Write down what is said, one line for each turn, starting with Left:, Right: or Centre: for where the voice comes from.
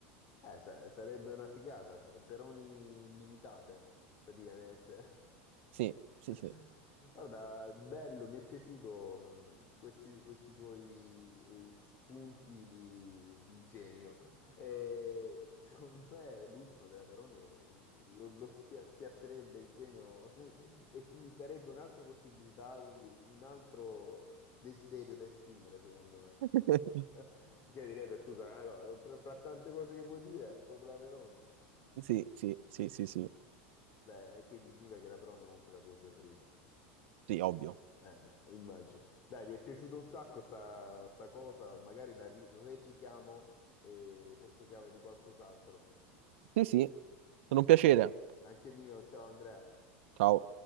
Left: Eh, sa- sarebbe una figata, peroni illimitate praticamente.
Right: sì, sì,
Left: <laughs>
Right: sì,
Left: Guarda, bello, mi è piaciuto mh, questi, questi tuoi eh, spunti di, di genio. E secondo me l'ultimo della Peroni eh, lo, lo spia- spiazzerebbe il genio <laughs> e ti darebbe un'altra possibilità, quindi un altro desiderio da esprimere, secondo me.
Right: <laughs>
Left: <laughs> Che direbbe, scusa, ah, no, tra, fra tante cose che vuoi dire, proprio la Peroni.
Right: sì, sì, sì, sì, sì,
Left: Beh, eh, quindi significa che la Peroni comunque è la tua preferita.
Right: sì, ovvio.
Left: Eh beh, immagino. Dai, mi è piaciuta un sacco sta, sta cosa, magari la ri- replichiamo eh, sotto chiave di qualcos'altro.
Right: Sì, sì, sono un piacere.
Left: Anche mio, ciao Andrea.
Right: Ciao.